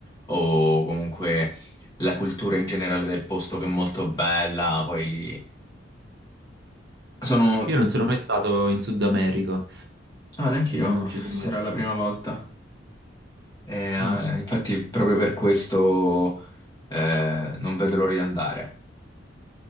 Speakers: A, on the left; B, on the right.
A: o comunque la cultura in generale del posto che è molto bella. Poi sono...
B: Io non sono mai stato in Sud America
A: Ah, neanche io,
B: non ci sono
A: sarà
B: mai stato
A: la prima volta. E, eh,
B: Mm.
A: infatti proprio per questo eh, non vedo l'ora di andare.